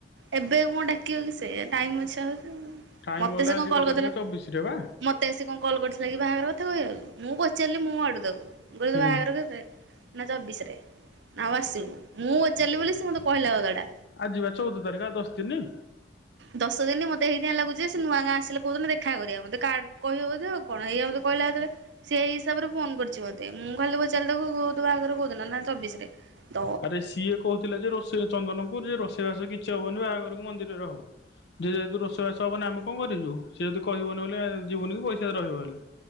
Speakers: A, on the right (about 70°); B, on the left (about 60°).
A: ଏବେ କଣ ଡାକିବ କି ସେ? ଟାଇମ୍ ଅଛି ଆହୁରି।
B: ଟାଇମ
A: ମତେ
B: ଗଲା
A: ସେ
B: ଆଜି
A: କଣ
B: କେତେ
A: କଲ
B: ତାରିଖ
A: କରିଥିଲା?
B: ଚବିଶ ରେ ବା।
A: ମୋତେ ଆସି କଣ କଲ୍ କରିଥିଲା କି ବାହାଘର କଥା କହିଆକୁ, ମୁଁ ପଚାରିଲି ମୁଁ ମୋ ଆଡୁ ତାକୁ। ଗୁରୁ।
B: ହୁଁ।
A: ତୋ ବାହାଘର କେବେ? ନା ଚବିଶ ରେ ଆଉ ଆସିବୁ ମୁଁ ଅଚାରିଲି ବୋଲି ସେ ମୋତେ କହିଲା <unintelligible>
B: ଆଜି ବା ଚଉଦ ତାରିଖ ଆଉ ଦଶ ଦିନ୍।
A: ଦଶ ଦିନି ମତେ ହେଇତି ପାଇଁ ଲାଗୁଛି ସେ ନୂଆ ଗାଁ ଆସିଲେ କୋଉଦିନ ଦେଖା କରିବ ମୋତେ କାର୍ଡ କହିବ ବୋଧେ କଣ ଏଇଆ ମତେ କହିଲା ଯେତେଳେ ସେଇ ହିସାବରେ ଫୋନ କରିଛି ମତେ ମୁଁ ଖାଲି ପଚାରିଲି ତାକୁ କୁ ତୋ ବାହାଘର କୋଉଦିନ ନା ଚବିଶ ରେ। ତ
B: ଆରେ ସିଏ କହୁଥିଲେ ଯେ ରୋଷେଇ ଚନ୍ଦନକୁ ଯେ ରୋଷେଇବାସ କିଛି ହବନି ବାହାଘରକୁ ମନ୍ଦିରରେ ହବ। ଯେ ଯେହେତୁ ରୋଷେଇ ବାସ ହବନା ଆମେ କଣ କରିବୁ ସିଏ ଯଦି କହିବନି ବୋଲେ ଯିବୁନି କି ପଇସା ରହିବ ହେଲେ।